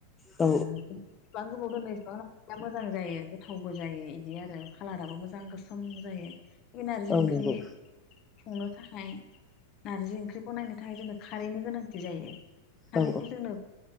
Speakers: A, on the left (about 15°); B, on the left (about 40°).
A: औ
B: ओ जेसेबां गोबाव दोनो इसेबां मोजां जायो गोथावबो जायो इदि आरो खालाराबो मोजां गोसोम जायो बे नारजि
A: औ
B: ओंख्रि
A: नंगौ
B: संनो थाखाय नारजि ओंख्रिखौ नायनो थाखाय जोंनो खारैनि गोनांथि जायो खारैखौ
A: औ
B: जोंनो